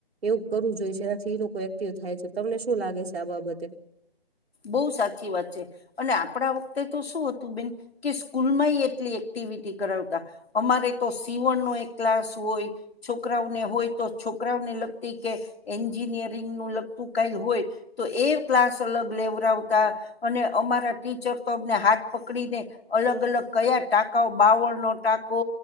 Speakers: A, on the right; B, on the left.
A: એવું કરવું જોયે સે, એનાથી લોકો એક્ટિવ થાય છે. તમને શું લાગે સે આ બાબતે.
B: બોઉ સાચી વાત છે. અને આપણા વખતે તો શું હતું બેન, કે સ્કૂલમાંયે એટલી એક્ટિવિટી કરાવતા. અમારે તો સીવણ નો એક ક્લાસ ઓય. છોકરાઓને હોય તો છોકરાઓને લગતી કે, એન્જિનિયરિંગ નું લગતું કઈ હોય. તો એ ક્લાસ અલગ લેવરાવતા, અને અમારા ટીચર તો અમને હાથ પકડીને. અલગ અલગ કયા ટાકાઓ બાવળ નો ટાકો.